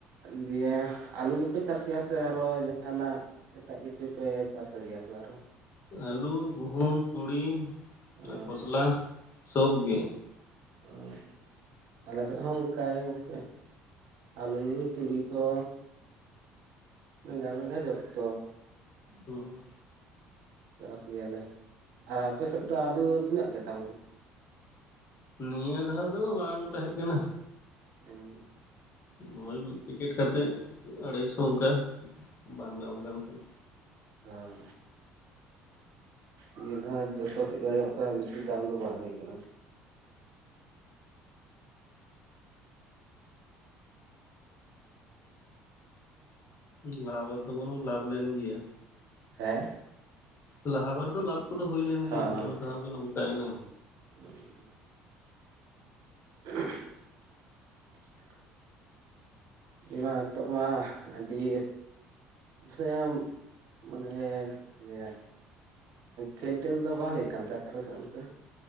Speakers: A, on the right (about 60°); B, on the left (about 40°).
A: ᱫᱤᱭᱮ ᱟᱹᱞᱩ ᱜᱮᱯᱮ ᱪᱟᱥ ᱜᱮᱭᱟ ᱥᱮ ᱟᱨᱚ ᱡᱟᱦᱟᱱᱟᱜ ᱮᱴᱟᱜ ᱠᱤᱪᱷᱩ ᱯᱮ ᱪᱟᱥ ᱟᱹᱨᱤᱭᱟ ᱥᱮ ᱟᱨᱚ?
B: ᱟᱹᱞᱩ ᱜᱩᱦᱩᱢ ᱛᱩᱲᱤ
A: ᱚ
B: ᱟᱨ ᱠᱷᱚᱥᱞᱟ ᱥᱚᱵᱜᱮ ᱾
A: ᱚ ᱟᱞᱮ ᱥᱮᱫ ᱦᱚᱸ ᱚᱱᱠᱮ ᱚᱱᱠ ᱟᱹᱞᱩ, ᱛᱩᱲᱤ ᱛᱚ, ᱢᱮᱜᱟᱲ ᱢᱮᱜᱟ ᱡᱚᱠᱛᱚ
B: ᱦᱩᱸ
A: ᱪᱟᱥ ᱜᱮᱭᱟ ᱞᱮ ᱟᱨ ᱟᱯᱮ ᱥᱮᱫ ᱫᱚ ᱟᱞᱩ ᱛᱤᱱᱟᱹᱜ ᱛᱮᱫ ᱫᱟᱢ ᱫᱚ?
B: ᱱᱤᱭᱟᱹ ᱫᱷᱟᱹᱣ ᱫᱚ ᱵᱟᱝ ᱛᱟᱦᱮᱸ ᱠᱟᱱᱟ᱾
A: ᱦᱩᱸ
B: ᱱᱚᱜᱼᱭ ᱢᱤᱫ ᱯᱮᱠᱮᱴ ᱠᱟᱛᱮᱜ ᱟᱲᱟᱭᱥᱚ ᱚᱱᱠᱟ ᱵᱟᱝ ᱫᱟᱢ ᱠᱟᱱ ᱛᱟᱦᱮᱸ᱾
A: ᱦᱩᱸ ᱱᱤᱭᱟᱹ ᱫᱷᱟᱣ ᱡᱚᱛᱚ ᱥᱮᱫ ᱟᱡᱚᱢᱚᱜ ᱠᱟᱱᱟ, ᱵᱮᱥᱤ ᱫᱟᱢ ᱫᱚ ᱵᱟᱝ ᱦᱩᱭ ᱟᱠᱟᱱᱟ᱾
B: ᱞᱟᱵᱷ ᱟᱫᱚ ᱵᱟᱹᱱᱩᱜ ᱞᱟᱵᱷ ᱞᱮᱱ ᱜᱮᱭᱟ᱾
A: ᱦᱮᱸ
B: ᱞᱟᱦᱟ ᱵᱟᱨ ᱫᱚ ᱞᱟᱵᱷ ᱠᱚᱫᱚ ᱦᱩᱭ ᱞᱮᱱ
A: ᱦᱚᱸ
B: ᱜᱮᱭᱟ, ᱱᱤᱭᱟᱹ ᱫᱷᱟᱣ ᱜᱮ ᱱᱚᱝᱠᱟ ᱭᱮᱱᱟ᱾
A: <inaudible> <unintelligible> <unintelligible> ᱱᱤᱛᱚᱜ ᱢᱟ ᱟᱹᱰᱤ ᱥᱮ ᱢᱟᱱᱮ ᱪᱮᱫ ᱤᱧ ᱞᱟᱹᱭᱟ ᱠᱷᱮᱞ ᱴᱮᱞ ᱫᱚ ᱵᱟᱝ ᱦᱩᱭᱩᱜ ᱠᱟᱱ ᱛᱮ ᱟᱯᱮ ᱥᱮᱫ ᱚᱱᱛᱮ